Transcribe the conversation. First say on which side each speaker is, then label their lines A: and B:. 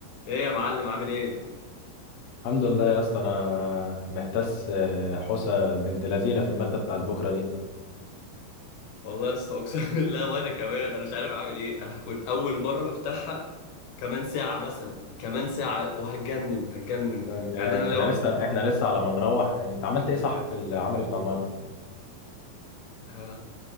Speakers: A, on the left; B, on the left.
A: ايه يا معلم عامل ايه
B: الحمد لله يا اسطى انا محتاس آه، حوسه بنت لذينه في الماده بتاعت بكره دي
A: والله يا اسطى اقسم <laughs> بالله وانا كمان انا مش عارف اعمل ايه انا هكون اول مره بفتحها كمان ساعه مثلا كمان ساعه وهتجنن هتجنن
B: يعني،
A: يعني
B: آه،
A: انا
B: احنا
A: لو
B: لسه احنا لسه على ما نروح انت عملت ايه صح في العمل بتاع النهارده
A: ه...